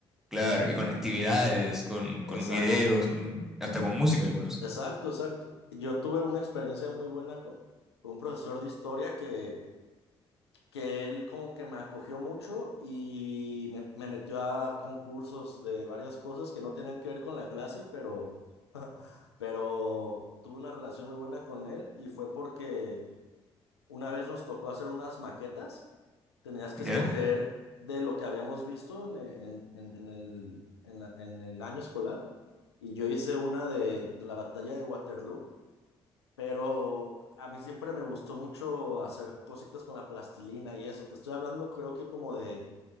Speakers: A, in the centre; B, on the left.
A: Claro, y con actividades, con,
B: Exacto.
A: con videos, con, hasta con música algunos.
B: Exacto, exacto. Yo tuve una experiencia muy buena co- con, un profesor de historia que, que él como que me acogió mucho y me, me metió a concursos de varias cosas que no tenían que ver con la clase, pero, pero tuve una relación muy buena con él y fue porque una vez nos tocó hacer unas maquetas. tenías que
A: ¿Ya?
B: escoger de lo que habíamos visto en, en- en- en el, en la- en el año escolar. Y yo hice una de, de la batalla de Waterloo, pero a mí siempre me gustó mucho hacer cositas con la plastilina y eso. Te estoy hablando creo que como de